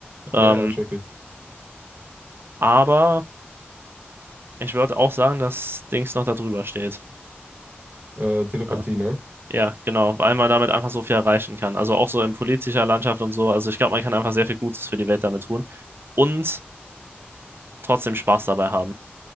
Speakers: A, on the right; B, on the right.
A: Ähm,
B: ja, ja, check ich.
A: aber Ich würde auch sagen, dass Dings noch da drüber steht.
B: Äh, Telepathie,
A: Ja,
B: ne?
A: ja, genau, weil man damit einfach so viel erreichen kann. Also auch so in politischer Landschaft und so. Also ich glaube, man kann einfach sehr viel Gutes für die Welt damit tun und trotzdem Spaß dabei haben.